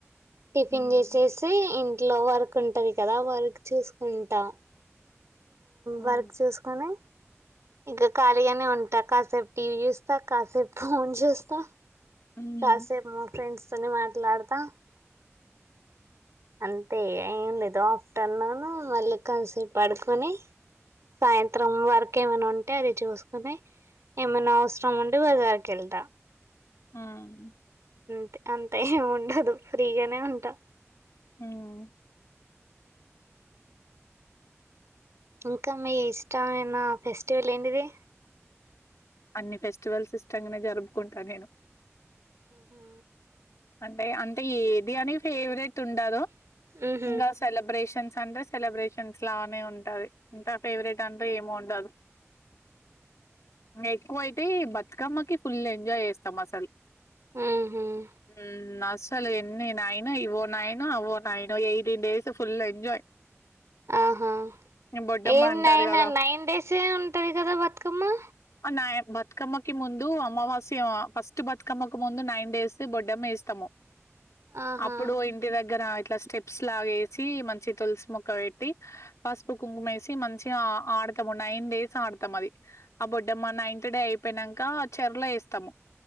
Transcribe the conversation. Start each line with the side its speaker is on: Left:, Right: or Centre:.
Right: టిఫిన్
Left: మ్మ్
Right: చేసేస్తే ఇన్ ఇట్లో వరకు ఉంటది కదా వర్క్ చూసుకుంటా
Left: మ్మ్
Right: వర్క్ చూసుకొని ఇంక ఖాళీగానే ఉంటా కాసేపు టీవీ చూస్తా కాసేపు ఫోన్ చూస్తా
Left: మ్మ్
Right: కాసే మ ఫ్రెండ్స్ తోని మాట్లాడతా అంతే ఏం లేదు ఆఫ్టర్నూన్ మళ్ళీ కాసేపు పడుకొని సాయంత్రం వరకు ఏమైనా ఉంటే అది చూసుకుొని ఏమైనా అవసరం ఉంటే బజారికి వెళ్దా
Left: మ్మ్
Right: అంతే అంతా ఏం ఉండదు ఫ్రీగానే ఉంటా
Left: మ్మ్
Right: మ్మ్ ఇంకా మీ ఇష్టమైన ఫెస్టివల్ ఏంటిది
Left: అన్ని ఫెస్టివల్స్ ఇష్టంగానే జరుపుకుంటా నేను
Right: ఊహు
Left: అంటే అంటే ఏది అని ఫేవరెట్ తుండదు
Right: ఊహు
Left: ఇంగ సెలబ్రేషన్స్ అంటే సెలబ్రేషన్స్ లానే ఉంటది ఇంకా ఫేవరెట్ అంటే ఏమో ఉండదు ఇంగా ఎక్కువ అయితే బతుకమ్మకి ఫుల్ ఎంజాయ్ చేస్తాం అసలు
Right: మ్మ్ హ్మ్
Left: మ్మ్ అస్సలు ఎన్ని నయినా ఇవోనైనా అవో నాయిను ఎయిటీన్ డేస్ ఫుల్ ఎంజాయ్
Right: ఆహా
Left: బొడ్డమ్మ
Right: ఏం
Left: అంటారు
Right: నైన్
Left: కదా
Right: నైన్ డేసే ఉంటది కదా బతుకమ్మ
Left: నా బతుకమ్మకి ముందు అమావాస్య. ఫస్ట్ బతుకమ్మకి ముందు నైన్ డేస్. బొడ్డమ్మ ఏస్తాం
Right: ఆహా
Left: అప్పుడు ఇంటి దగ్గర అయి ఇట్లా స్టెప్స్ లాగ ఏసి మంచి తులసి మొక్క పెట్టి, పసుపు కుంకుమేసి మంచిగ ఆడతాము. నైన్ డేస్ ఆడతాము. అది ఆ బొడ్డమ్మ నైన్త్ డే అయిపోయినంక చెరలో వేస్తాము.